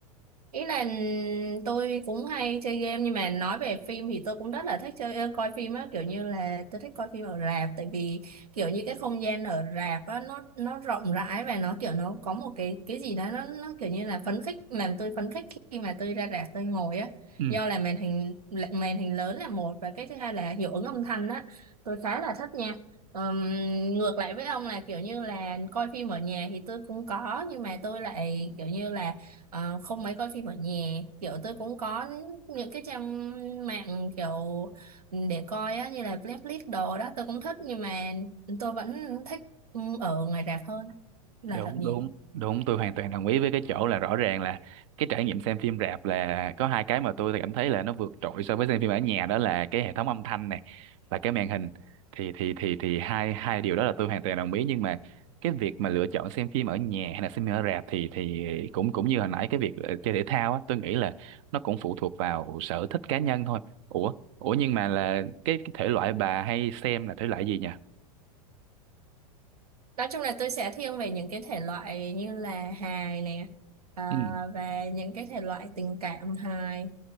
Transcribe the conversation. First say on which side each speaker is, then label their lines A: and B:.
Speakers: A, on the right; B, on the right.
A: ý là ừ, tôi cũng hay chơi game nhưng mà nói về phim thì tôi cũng rất là thích chơi coi phim á kiểu như là tôi thích coi phim ở rạp tại vì kiểu như cái không gian ở rạp á nó nó rộng rãi và nó kiểu nó có một cái cái gì đó nó nó kiểu như là phấn khích làm tôi phấn khích khi mà tôi ra rạp tôi ngồi á
B: Ừ.
A: do là màn hình màn hình lớn là một và cái thứ hai là hiệu ứng âm thanh á tôi khá là thích nha Ừm, ngược lại với ông là kiểu như là coi phim ở nhà thì tôi cũng có nhưng mà tôi lại kiểu như là Ờ, không mấy coi phim ở nhà kiểu tôi cũng có những cái trang mạng kiểu để coi á như là Netflix đồ đó tôi cũng thích nhưng mà tôi vẫn thích ừ, ở ngoài rạp hơn là
B: đúng
A: ở nhà
B: đúng đúng tôi hoàn toàn đồng ý với cái chỗ là rõ ràng là cái trải nghiệm xem phim rạp là có hai cái mà tôi cảm thấy là nó vượt trội so với xem phim ở nhà đó là cái hệ thống âm thanh này và cái màn hình thì thì thì thì hai hai điều đó là tôi hoàn toàn đồng ý nhưng mà cái việc mà lựa chọn xem phim ở nhà hay là xem phim ở rạp thì thì cũng cũng như hồi nãy cái việc ờ, chơi thể thao á tôi nghĩ là nó cũng phụ thuộc vào sở thích cá nhân thôi ủa ủa nhưng mà là cái, cái thể loại bà hay xem là thể loại gì
A: nói chung là tôi sẽ thiên về những cái thể loại như là hài nè à,
B: nhỉ
A: và những cái thể loại tình cảm hài